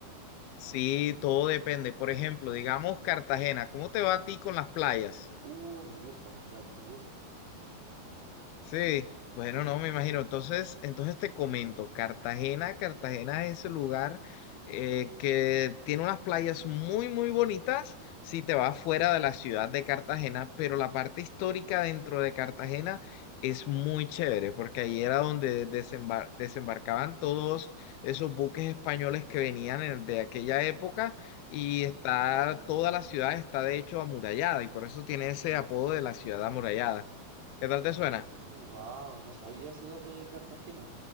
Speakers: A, on the left (about 75°); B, on the right (about 85°).
A: Sí, todo depende. Por ejemplo, digamos Cartagena, ¿cómo te va a ti con las playas?
B: Uh, me gustan las playas, me gusta.
A: Sí, bueno,
B: Sí.
A: no, me imagino. Entonces, entonces te comento, Cartagena, Cartagena es el lugar eh, que tiene unas playas muy, muy bonitas si te vas fuera de la ciudad de Cartagena, pero la parte histórica dentro de Cartagena es muy chévere, porque ahí era donde desembar- desembarcaban todos esos buques españoles que venían en- de aquella época y está, toda la ciudad está de hecho amurallada y por eso tiene ese apodo de la ciudad amurallada. ¿Qué tal
B: Uh,
A: te suena?
B: wow, no sabía ese dato de Cartagena.